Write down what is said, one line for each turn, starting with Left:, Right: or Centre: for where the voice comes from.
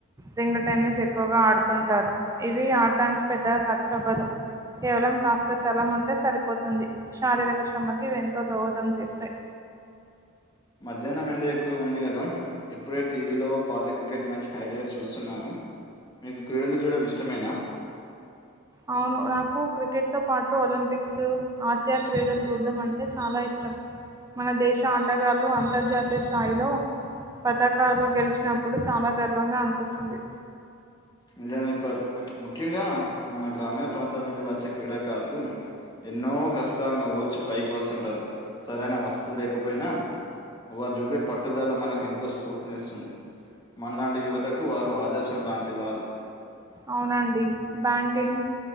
Right: రింగ్ టెన్నిస్ ఎక్కువగా ఆడుతుంటారు ఇవి ఆడటానికి పెద్దగా ఖర్చు అవ్వదు కేవలం కాస్త స్థలం ఉంటే సరిపోతుంది శారీరక శ్రమకి ఎంతో దోహదం చేస్తాయి
Left: మధ్యాహ్నం ఎండ ఎక్కువ ఉంది కదా ఇప్పుడే టీవీలో పాత క్రికెట్ మ్యాచ్ హైలైట్ చూస్తున్నాను మీకు క్రీడలు చేయడం ఇష్టమేనా
Right: అవును నాకు క్రికెట్ తో పాటు ఒలంపిక్ క్స్ ఆసియా క్రీడలు చూడడం అంటే చాలా ఇష్టం మన దేశ ఆటగాళ్లు అంతర్జాతీయ స్థాయిలో పథకాలు గెలిచినప్పుడు చాలా గర్వంగా అనిపిస్తుంది
Left: నిజం చెప్పారు ముఖ్యంగా మన గ్రామీణ ప్రాంతాల నుండి వచ్చే క్రీడాకారులు ఎన్నో కష్టాలను ఓర్చి పైకి వస్తుంటారు సరైన వస్తులు లేకపోయినా వారు చూపే పట్టుదల మనకు ఎంతో స్ఫూర్తిని ఇస్తుంది మనలాంటి యువతకు వారు ఆదర్శం లాంటివారు
Right: అవునండి బ్యాంకింగ్